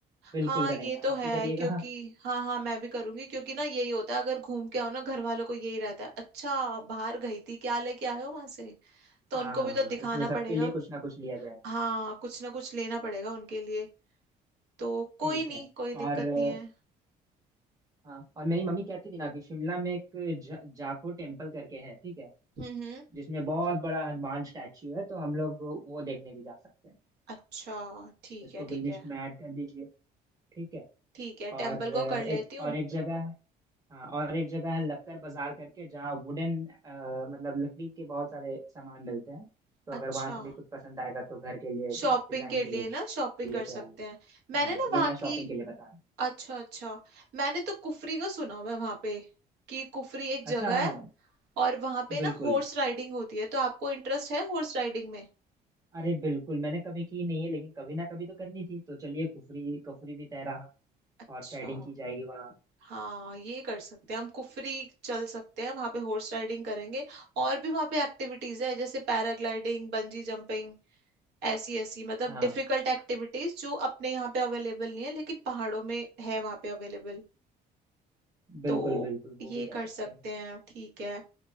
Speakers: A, on the right (about 20°); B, on the right (about 80°).
A: बिल्कुल
B: हाँ
A: करेंगे
B: ये तो
A: आप
B: है
A: भी करिएगा
B: क्योंकि हाँ हाँ मैं भी करूंगी क्योंकि ना यही होता है अगर घूम के आओ ना घर वालों को यही रहता है अच्छा बाहर गई थी क्या लेके आए हो वहां से तो
A: हाँ
B: उनको भी तो दिखाना
A: इसलिए सबके
B: पड़ेगा
A: लिए कुछ ना कुछ लिया जाए
B: हाँ कुछ ना कुछ लेना पड़ेगा उनके लिए तो कोई
A: ठीक
B: नहीं
A: है
B: कोई दिक्कत
A: और अ,
B: नहीं है
A: हाँ और मेरी मम्मी कहती थी ना कि शिमला में एक ज- जाखो टेम्पल करके है ठीक है
B: हम्म हम्म
A: जिसमें बहुत बड़ा हनुमान स्टैचू है तो हम लोग वो देखने भी जा सकते हैं
B: अच्छा ठीक
A: इसको
B: है
A: भी
B: ठीक
A: लिस्ट
B: है
A: में ऐड कर दीजिए ठीक है
B: ठीक है टेम्पल
A: और अ,
B: को कर लेती
A: एक
B: हूँ
A: और एक जगह है हाँ और एक जगह है लक्कर बाजार करके जहाँ वुडन मतलब लकड़ी के बहुत सारे सामान मिलते हैं तो
B: अच्छा
A: अगर वहां से भी कुछ पसंद आएगा तो घर के लिए
B: शॉपिंग
A: डिजाइन
B: के
A: के
B: लिए
A: लिए
B: ना शॉपिंग कर
A: लेते
B: सकते
A: आएंगे
B: हैं मैंने
A: हाँ
B: ना
A: ये
B: वहाँ
A: मैं शॉपिंग
B: की
A: के लिए बता रहा हूँ
B: अच्छा अच्छा मैंने तो कुफरी का सुना हुआ है वहाँ पे कि कुफरी एक
A: अच्छा
B: जगह
A: हाँ
B: है और वहाँ पे ना
A: बिल्कुल
B: हॉर्स राइडिंग होती है तो आपको इंटरेस्ट है हॉर्स राइडिंग में
A: अरे बिल्कुल मैंने कभी की नहीं है लेकिन कभी ना कभी तो करनी थी तो चलिए कुफरी कुफरी भी तय रहा
B: अच्छा
A: और साइडिंग की जाएगी वहाँ
B: हाँ ये कर सकते हैं हम कुफरी चल सकते हैं वहां पे हॉर्स राइडिंग करेंगे और भी वहां पे एक्टिविटीज है जैसे पैराग्लाइडिंग बंजी जंपिंग ऐसी ऐसी मतलब
A: हाँ
B: डिफिकल्ट एक्टिविटीज जो अपने यहाँ पे अवेलेबल नहीं है लेकिन पहाड़ों में है वहां पे अवेलेबल तो
A: बिल्कुल बिल्कुल वो
B: ये
A: भी कर
B: कर
A: सकते
B: सकते
A: हैं
B: हैं ठीक है